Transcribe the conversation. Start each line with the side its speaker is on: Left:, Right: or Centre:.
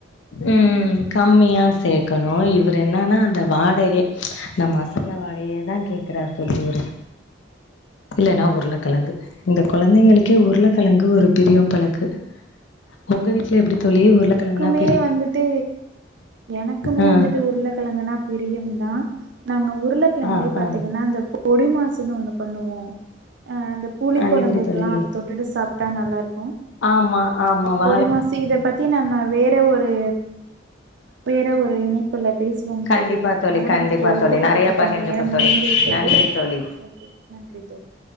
Left: ம் கம்மியா சேக்கணு இவரு என் என்னன்னா அந்த வாடையே இந்த மசாலா வாடையேதா கேக்குறாரு தோழி இவுரு இல்லன்னா உருளக்கெழங்கு இந்த கொழந்தைங்களுக்கே உருளக்கெழங்கு ஒரு பிரியம் போல இருக்கு உங்க வீட்ல எப்டி தோழி உருளக்கெழங்குனாப்
Right: மே வந்துட்டு எனக்குமே
Left: ஆ
Right: வந்துட்டு உருளக்கெழங்குனா பிரியம் தா நாங்க உர் உருளக்கெழங்குலயே
Left: ஆ
Right: பாத்தீங்கன்னா
Left: ஆ
Right: அந்த பு பொடி மாசுன்னு ஒண்ணு பண்ணுவோ அ அந்த புளிக்
Left: அது
Right: கொழம்புக்கெல்லா
Left: எப்டி தோழி
Right: அத தொட்டுட்டு சாப் டா நல்லா இருக்
Left: ஆமா ஆமாவா
Right: பொடி மாஸ்சு இத பத்தி நம்ம வேற ஒரு வேற ஒரு இணைப் ப்புல பேசுவோம்
Left: கண்டிப்பா
Right: தோழி ஏன்னா
Left: கண்டிப்பா
Right: நமக்கு ஒதுக்கப்பட்டதிற்கான
Left: தோழி நெறைய பகிர்ந்துப்போ
Right: நேரம்
Left: தோழி
Right: முடிந்து விட்டது
Left: நன்றி தோழி
Right: ஓகே நன்றி தோழி